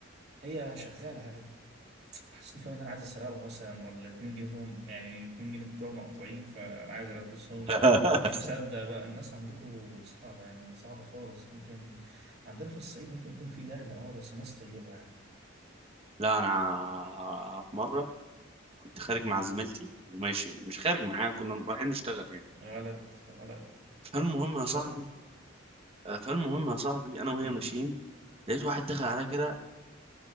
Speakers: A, on the right (about 50°); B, on the right (about 30°).
A: هي شغاله عادي حاسس ان فاهم ان انا عايز اسرقه مثلا ولا 2 جنيه فيهم يعني 2 جنيه بتوع مقطوعين فانا عايز البسهم له
B: <laughs>
A: مش مصدق بقى الناس عندكم صعبه يعني صعبه خالص ممكن عندنا في الصعيد ممكن يكون في جهل اه بس ناس طيبه يعني
B: لا انا في مره كنت خارج مع زميلتي وماشي مش خارج معاها كنا
A: امم
B: رايحين نشتغل يعني
A: غلط غلط
B: فالمهم يا
A: شغل
B: صاحبي آه، فالمهم يا صاحبي انا وهي
A: امم
B: ماشيين لقيت واحد دخل عليا كده